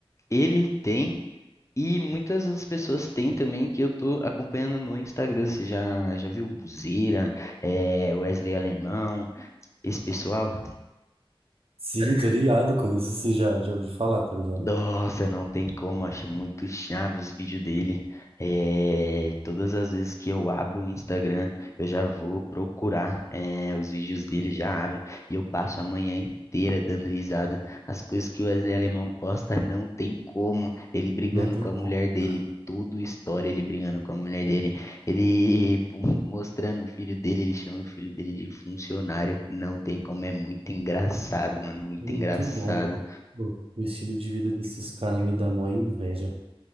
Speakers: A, on the left; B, on the right.
A: ele tem e muitas outras pessoas têm também que eu tô acompanhando no Instagram. Você já, já viu Buzeira, é Wesley Alemão, esse pessoal,
B: Sim, tô ligado, conheço assim, já, já ouvi falar, tá ligado?
A: Nossa, não tem como, acho muito chave os vídeos dele. É, todas as vezes que eu abro o Instagram, eu já vou procurar, é, os vídeos dele, já abro e eu passo a manhã inteira dando risada. As coisas que o Wesley Alemão posta, não tem como. Ele brigando
B: Não tem
A: com a
B: como,
A: mulher dele,
B: cara.
A: tudo história ele brigando com a mulher dele. Ele <laughs> mostrando o filho dele, ele chama o filho dele de funcionário. Não tem como, é muito engraçado, mano, muito
B: É muito
A: engraçado.
B: bom. Pô, o estilo de vida desses caras me dá mó inveja.